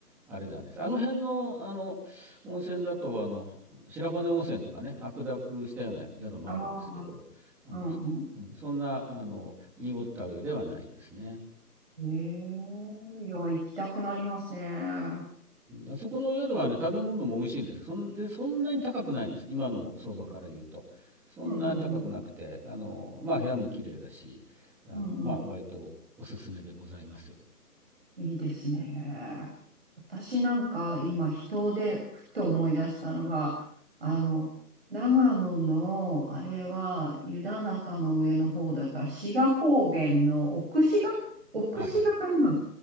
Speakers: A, in the centre; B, on the right.
A: あれではないです。あの辺の、あの、温泉だと、あの、あの白骨温泉とかね、白濁したような宿もあるんですけど、
B: ああ、
A: あの、
B: うんうん
A: うん、そんな、あの、濁った湯ではないですね。
B: ええいや、行きたくなりますね。
A: あそこの宿はね、食べ物も美味しいんです。そんで、そんなに高くないんです。今の相場から言うと。そんなに高くなくて、
B: うんうんうん。
A: あの、まあ、部屋も綺麗だし、あの、
B: うんうん。
A: まあ、割とおすすめでございますよ。
B: いいですね。私なんか今、人でふと思い出したのが、あの、長野の、あれは湯田中の上の方だから、志賀高原の奥志賀奥志賀かな
A: はいはい。